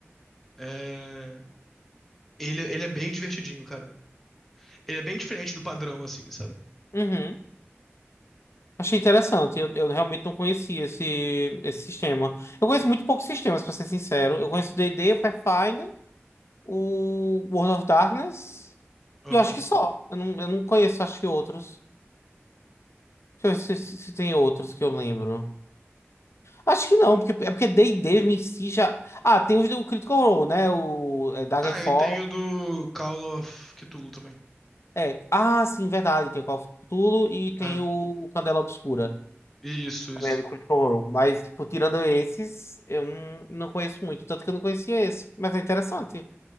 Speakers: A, in the centre; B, on the left.
A: É... Ele, é, ele é bem divertidinho, cara. Ele é bem diferente do padrão, assim, sabe?
B: uhum. Achei interessante. Eu, eu realmente não conhecia esse, esse sistema. Eu conheço muito poucos sistemas, pra ser sincero. Eu conheço o D&D, o Pathfinder, o World of Darkness.
A: Aham.
B: E eu acho que só. Eu não, eu não conheço, acho que outros. Deixa eu ver se, se se tem outros que eu lembro. Acho que não, porque é porque D&D em si já. Ah, tem os- o Critical Role, né? O é, Daggerfall.
A: Ah, eu tenho do Call of Cthulhu também.
B: É. Ah, sim, verdade. Tem o Call of Cthulhu e tem
A: É.
B: o Candela Obscura.
A: Isso,
B: Também
A: isso.
B: é do Critical Role. Mas, tipo, tirando esses, eu não, não conheço muito. Tanto que eu não conhecia esse. Mas é interessante.